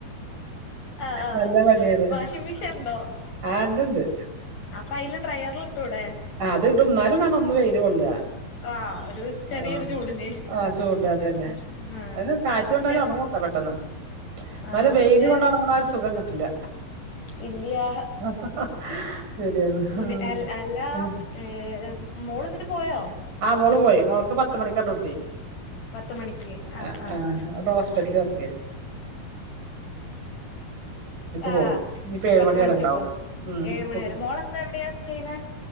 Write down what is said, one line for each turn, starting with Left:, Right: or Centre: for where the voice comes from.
Left: ആഹ്
Right: നല്ല പണിയാണ്
Left: വാഷിംഗ് മെഷീൻ ഉണ്ടോ
Right: ആഹ് ഇണ്ടിണ്ട്
Left: അപ്പൊ അയില് ഡ്രയറില് ഇട്ടൂടെ
Right: ഇത് ഇടും എന്നാലും വേണം ഒന്ന് വെയില് കൊള്ള്വാ
Left: ആഹ് ഒരു ചെറിയൊരു
Right: ആഹ്
Left: ചൂടിന്
Right: ആഹ് ചൂട് അതന്നെ
Left: ആഹ്
Right: അതിന് കാറ്റ് കൊണ്ടാലും
Left: ക്ഷെ
Right: ഒണങ്ങു ത്ര പെട്ടെന്ന് എന്നാലും
Left: ആഹ്
Right: വെയില്
Left: ക്ഷെ
Right: കൊണ്ടൊണങ്ങണ ആ ഒരു സുഖം കിട്ടില്ല
Left: ഇല്ല്യാ
Right: ആഹ് ശരിയാണ്.
Left: ഇൽ
Right: ആഹ്
Left: അൽ അല്ലാ
Right: ഉം
Left: ഏഹ് ഏഹ് മോളിന്നിട്ട് പോയോ
Right: ആഹ് മോള് പോയി മോൾക്ക് പത്തുമണിക്കാ ഡ്യൂട്ടി
Left: പത്ത് മണിക്ക് ആഹ്
Right: എഹ്
Left: ആഹ്
Right: എഹ് അവിടെ ഹോസ്പിറ്റല് വർക്ക് ചെയ്യാ
Left: ആഹ്
Right: പോവും. ഇനിയിപ്പോ
Left: പത്ത്
Right: മണി
Left: മണിക്ക്
Right: വരെ ഇണ്ടാവും.
Left: പോവും
Right: ഉം
Left: ഏഴ് മണിവരെ
Right: കു
Left: മോളെന്താ എവിടെയാ ചെയ്യണേ